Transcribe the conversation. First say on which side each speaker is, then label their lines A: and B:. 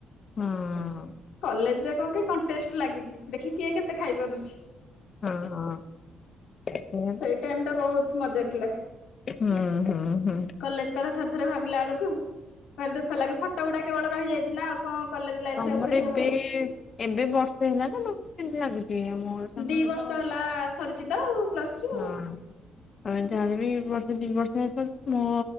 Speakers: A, on the left (about 45°); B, on the left (about 80°).
A: ହଁ ହ
B: କଲେଜରେ କଣ କି କଣ୍ଟେଷ୍ଟ ଲାଗିକି ଦେଖି କିଏ କେତେ ଖାଇପାରୁଛି।
A: ହଁ ହଁ ସେଇଆ
B: ସେଇ
A: ପା
B: ଟାଇମ ଟା ବହୁତ ମଜା ଥିଲା
A: ହୁଁ ହୁଁ ହୁଁ
B: କଲେଜ କଥା ଥରେ ଥରେ ଭାବିଲା ବେଳକୁ ଭାରି ଦୁଃଖ ଲାଗେ ଫଟୋ ଗୁଡା କେବଳ ରହିଯାଇଛି ନା ଆଉ କଣ କଲେଜ ଲାଇଫ
A: ତମର
B: ଆଉ ଫେରି
A: ଏବେ
B: ହବ କି?
A: ଏବେ ବର୍ଷେ ହେଲା ନା ତମକୁ ସେମିତି ଲାଗୁଛି ମୋର ସାଙ୍ଗର
B: ଦି ବର୍ଷ
A: ତ
B: ହେଲା ସରିଚିତ ଆଉ ପ୍ଲସ୍ ଥ୍ରୀ
A: ହଁ
B: ଆଉ
A: ଯା ହେଲେ ବି ତିନି ବର୍ଷରେ ସବୁ ମୋ